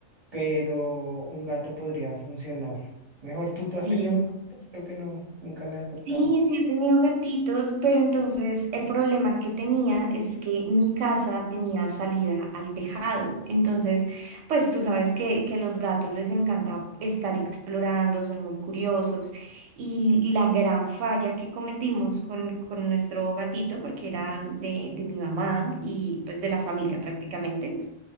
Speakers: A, on the right (about 35°); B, on the right (about 70°).
A: pero un gato podría funcionar mejor. ¿Tú, tú has
B: sí,
A: tenido gatos? Creo que no, nunca me has contado.
B: Sí, sí he tenido gatitos, pero entonces el problema que tenía es que mi casa tenía salida al tejado. Entonces, pues tú sabes que, que a los gatos les encanta estar explorando, son muy curiosos. Y la gran falla que cometimos con, con nuestro gatito, porque era de, de mi mamá y pues de la familia prácticamente,